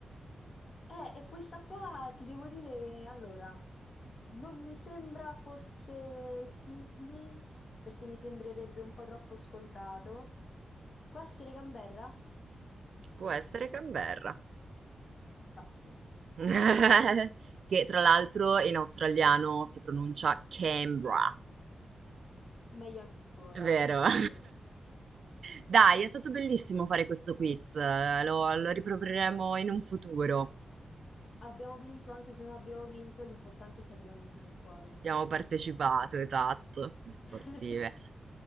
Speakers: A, on the left; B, on the right.
A: Eh, e questa qua ti devo dire, allora, non mi sembra fosse Sydney, perché mi sembrerebbe un po' troppo scontato. Può essere Canberra?
B: Può essere Canberra.
A: Pazzesco.
B: <laughs> Che tra l'altro in australiano si pronuncia Canberra.
A: Meglio ancora,
B: Vero.
A: più bello.
B: <laughs> Dai, è stato bellissimo fare questo quiz, eh, lo, lo riproporremo in un futuro.
A: Abbiamo vinto, anche se non abbiamo vinto, l'importante è che abbiamo vinto nel cuore.
B: Abbiamo partecipato, esatto, come sportive.
A: <laughs>